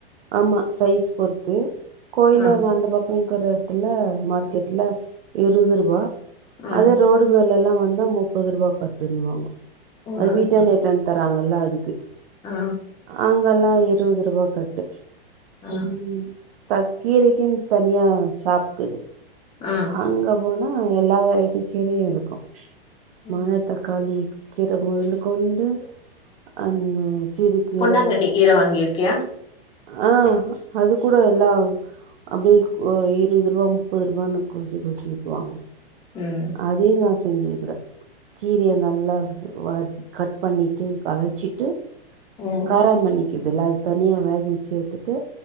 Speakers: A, on the right; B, on the left.
A: ஆமா சைஸ் பொறுத்து கோயில்லு
B: ஆ
A: அது அந்த பக்கோ இக்கிறாரு இல்ல மார்க்கெட்ல இருபது ரூபா
B: ஆ
A: அதே ரோடு டுல்லால்லா வந்தா முப்பது ரூபா கட்டுனுவாங்கோ
B: ஓடாப்பா
A: அது வீட்டான்ட எடுத்துந் தராங்கல்ல அதுக்கு
B: ஆ
A: அங்கல்லா இருபது ரூபா கட்டு
B: ஆ
A: ம் தக் கீரைக்குன் தனியா ஷாப்க்கு
B: ஆ
A: அங்கப் போனா எல்லா வெரைட்டி கீரையு இருக்கு
B: ம்.
A: மனத்தக் காளி கீர முதல்லு கொண்டு அந்த சிறுக் கீர
B: பொன்னாங்கண்ணி கீர வாங்கியிருக்கியா
A: ஆ அது கூட எல்லாம் அப்படிக்கு இருபது ரூபா முப்பது ரூபானு கொறசி கொறசி வீக்குவாங்க
B: ம்
A: அதையு நா செஞ்சிருக்கிறே கீரைய நல்லா வத் கட் பண்ணிட்டு கழச்சிட்டு
B: ம்
A: காரமணிருக்குதுல்ல அத தனியா வேக வச்சு ஏடுத்துட்டு